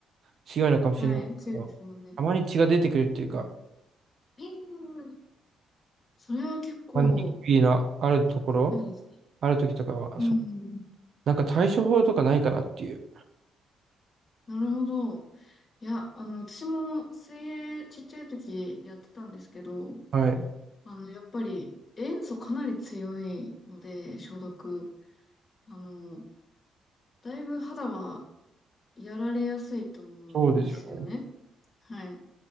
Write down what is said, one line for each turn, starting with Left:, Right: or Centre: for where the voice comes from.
Right: 強いのかもしれないけど、
Left: はい。強いですもんね。
Right: たまに血が出てくるっていうか、
Left: うん。うんうんんそれは結構、
Right: まあ、ニキビのあるところ、
Left: そうですね。
Right: ある時とかは、
Left: うんうんうん。
Right: そ、なんか対処法とかないかなっていう。
Left: なるほど。いや、あの、私も水泳ちっちゃい時やってたんですけど、
Right: はい。
Left: あの、やっぱり塩素かなり強いので、消毒。あの、だいぶ肌はやられやすいと思うんですよね。
Right: そうですよね。
Left: はい。